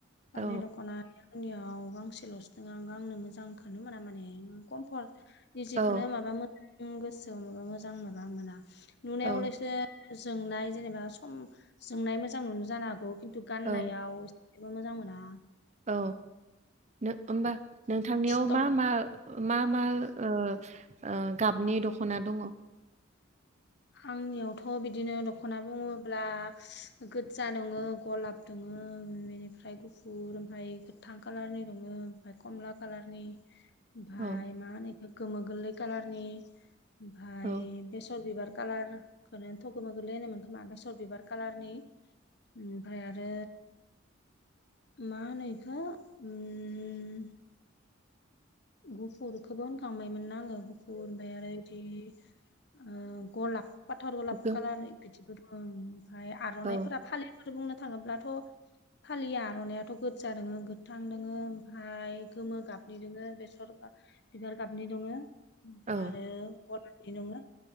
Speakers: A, on the left; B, on the right.
A: पाटनि
B: औ
A: दख'ना आंनियाव गांसेल'सो दङो आं गांनो मोजां खोनो मोना माने कम्फर्ट निजेखौनो
B: औ
A: माबा <unintelligible> गोसोआव माबा मोजां माबा मोना नुनायावलसो
B: औ
A: जोंनाय जेनेबा सम जोंनाय मोजां नुनो जानो हागौ खिन्थु गाननायाव
B: औ
A: थेवबो मोजां मोना।
B: औ नो होमबा नोंथांनियाव
A: खस्थ'
B: मा
A: मोनो
B: मा मा मा ओ ओ गाबनि दख'ना दङ'?
A: आंनियावथ' बिदिनो दख'ना बुङोब्ला गोजा दङो गलाब दङो बेनिफ्राय गुफुर ओमफ्राय गोथां कालारनि दङो ओमफ्राय कमला कालारनि <inaudible> ओमफाय
B: औ
A: मा होनो बेखो गोमो गोरलै खालारनि ओमफाय
B: औ
A: बेसर बिबार कालारखौनो थ' गोमा गोरलै होनोमोन खोमा फ्राय बेसर बिबार कालारनि ओमफ्राय आरो मा होनो इखो उम गुफुरखौबो होनखांबायमोनना आंङो गुफुर ओमफ्राय आरो बिदि ओ गलाब फाथर गलाब
B: गो-
A: कालारनि बिदिबो दं ओमफ्राय आर'नाफोरा
B: औ
A: फालिफोर बुंनो थाङोब्लाथ' फालि आर'नाइआथ' गोजा दोङो गोथां दोङो ओमफ्राय गोमो गाबनि दोङो बेसर <unintelligible> बिबार गाबनि दङ ओमफ्राय
B: औ
A: आरो गलाबनि दङ।